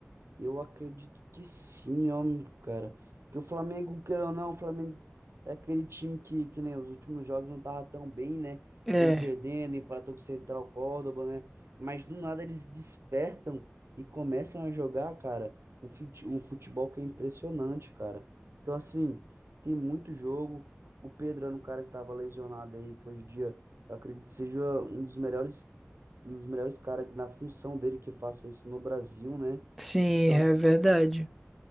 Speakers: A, on the right (about 75°); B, in the centre.
A: Eu acredito que sim, ó, cara. Que o Flamengo, queira ou não, o Flamengo é aquele time que, que nem os últimos jogos não tava tão bem, né?
B: É,
A: Viu perdendo, empatou com o Central Córdoba, né? Mas do nada eles despertam e começam a jogar, cara, um, fut- um futebol que é impressionante, cara. Então, assim, tem muito jogo. O Pedro era um cara que tava lesionado aí, que hoje em dia eu acredito que seja um dos melhores, um dos melhores caras que na função dele que faça isso no Brasil, né?
B: sim,
A: Então,
B: é
A: assim,
B: verdade.